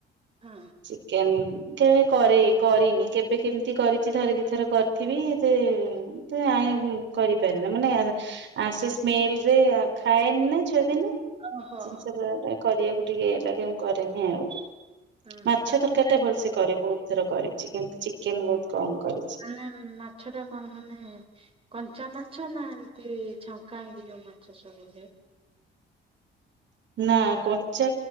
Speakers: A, on the right (about 30°); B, on the right (about 65°).
A: ହଁ
B: ଚିକେନ୍। କେବେ କରେ କରିନି କେବେ କେମିତି କରିଛି ଥରେ ଦିଥର କରିଥିବି ସେ <inaudible> କରିପାରେ ନା ମାନେ ଆଶିଶ୍ ସ୍ମେଲ୍ ରେ ଖାଏନି ନା ଛୁଆ ଦିନୁ
A: ଓହୋ
B: ଜିନିଷା କରିବାକୁ ଟିକେ ହେଇଲା କି ମୁଁ କରେନି ଆଉ
A: ହଁ
B: ମାଛ ତରକାରୀ
A: ହଁ
B: ଟା ଭଲସେ କରେ ବହୁତ୍ ଥର କରିଛି କିନ୍ତୁ ଚିକେନ୍ ବହୁତ କମ୍ କରିଛି।
A: ମାନେ ମାଛ ଟା କଣ ମାନେ କଞ୍ଚା ମାଛ ନା ଏମିତି ଛଙ୍କା ହେଇକି ଯେଉଁ ମାଛ ସବୁ ହୁଏ।
B: ନା କଞ୍ଚା